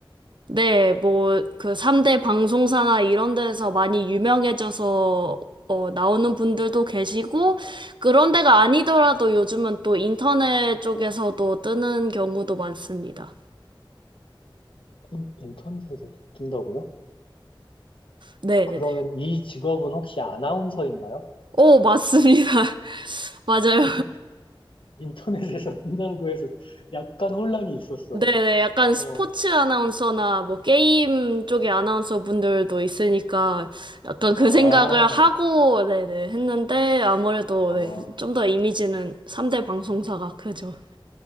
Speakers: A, on the right; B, on the left.
A: 네, 뭐, 그 3대 방송사나 이런 데서 많이 유명해져서 어, 나오는 분들도 계시고, 그런 데가 아니더라도 요즘은 또 인터넷 쪽에서도 뜨는 경우도 많습니다.
B: 인, 인터넷에서도 뜬다고요?
A: 네,
B: 그러면
A: 네.
B: 이 직업은 혹시 아나운서인가요?
A: 오, 맞습니다. <laughs> 맞아요.
B: <laughs> 아니, 인터넷에서 뜬다고 해서 약간 혼란이 있었어요.
A: 네네, 약간
B: 어,
A: 스포츠 아나운서나 뭐 게임 쪽의 아나운서 분들도 있으니까 약간
B: 아,
A: 그 생각을 하고, 네네, 했는데 아무래도
B: 아,
A: 네, 좀 더 이미지는 3대 방송사가 크죠.